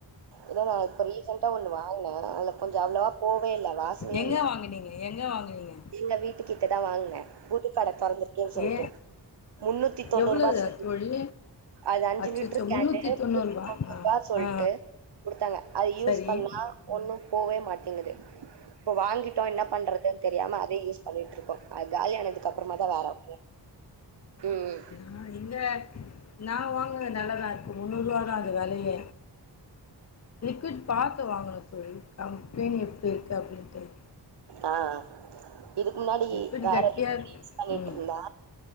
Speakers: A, on the right; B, on the left.
A: இதா நா இப்ப ரீசண்டா ஒண்ணு வாங்குனே அதுல கொஞ்சோ அவ்ளவா போவே இல்ல வாசனையே
B: எங்க
A: இல்ல
B: வாங்கினீங்க எங்க வாங்கனீங்க
A: எங்க வீட்டுக்கிட்ட தா வாங்ன புது கட துறந்துர்க்கேன் சொல்ட்டு
B: ஏ
A: முன்னூத்தி தொன்னூருபா
B: எவ்வளவு
A: செ
B: தோழி
A: அது அஞ்சு
B: அச்சச்சோ
A: லிட்ரு கேனுு
B: முந்நூற்றி தொண்ணூறுபா
A: <inaudible> தொண்ணு
B: ஆ
A: ரூபா சொல்ட்டு
B: ஆ
A: குடுத்தாங்க அது யூஸ்
B: சரி
A: பண்ணா
B: ம்
A: ஒண்ணும் போவே மாட்டேங்குது போ வாங்கிட்டோ என்னா பண்றதுன் தெரியாம அதே யூஸ் பண்ணிட்ருக்கோ அது காலியானதுக்கப்றமா தா வேறவ் கே ம்ம்
B: ஆ இங்க நா வாங்குது நல்லதா இருக்க முன்னூருவா தா அத் வேலைய லிக்விட் பாத்து வாங்கனு தோழி கம்ப்ளைன் இப்பு கப்புள் தோய்
A: ஆஆ இதுக்கு முன்னாடி
B: லிக்விட்
A: வேற
B: கட்டியாக
A: <inaudible> பண்ணிட்ருந்தா
B: ம்